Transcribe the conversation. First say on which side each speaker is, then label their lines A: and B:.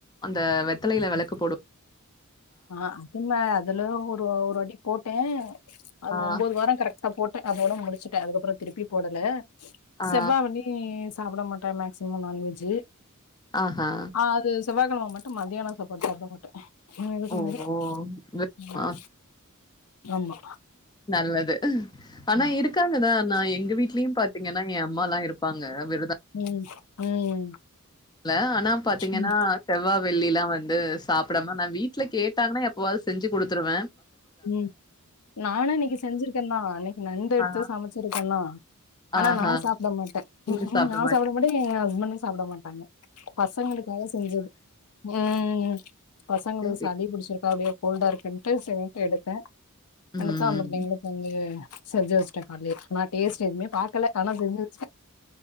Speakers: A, on the left; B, on the left.
A: அந்த வெத்தலையில வெளக்கு
B: ம்
A: போடு
B: ஆ அதுல அதுல ஒருவா ஒருவாட்டி போட்டே அது
A: ஆ,
B: ஒம்போது வாரோ கரெ ட போட்டே அதோட முடிச்சுட்டே அதுக்கப்றோ திருப்பி போடல
A: ஆ,
B: செவ்வா வெள்ளி சாப்டமாட்டே மேக்ஸிமம் நான் வெஜ்சு
A: ஆஹா.
B: ஆ அது செவ்வாக்கெழம மட் டு மத்யான சாப்பாடு சாப்ட மாட்டே விருத
A: ஓ!
B: மாரி
A: விரதமா
B: ம் ஆமா
A: நல்லது ஆனா
B: ம்
A: இருக்காங்கதா நா எங்க வீட்லயு பாத்தீங்கன்னா என் அம்மா எல்லா இருப்பாங்க விருத
B: ம் ம்
A: இல்ல ஆனா பாத்தீங்கன்னா
B: ம்
A: செவ்வா வெள்ளிலா வந்து சாப்டாம நா வீட்டுல கேட்டாங்கன்னா எப்பவது செஞ்சு குடுத்துருவே
B: ம் நானு இன்னைக்கி செஞ்சிருக்கே தா இன்னைக்கி நண்டு எடுத்து
A: ஆ
B: சமச்சிருக்கேந்தா ஆனா
A: ஆஹா.
B: நா சாப்ட மாட்டே
A: நீங்க சாப்பிட
B: நா
A: மாட்டீங்களா?
B: சாப்ட மாட்டே எங்க ஹஸ்பண்டு சாப்ட மாட்டாங்க பசங்களுக்காக செஞ்சது ம் பசங்களுக்கு
A: சரி.
B: சளி புடிச்சிருக்கா அப்டியே கோல்டா இருக்குன்ட்டு சரின்ட்டு எடுத்தே
A: ம்.
B: எடுத்த அந்த புள்ளைங்களுக்கு வந்து செஞ்சு வச்சுட்டே கால்லியே ஆனா டேஸ்ட் எதுவுமே பாக்கல ஆனா செஞ்சு வெ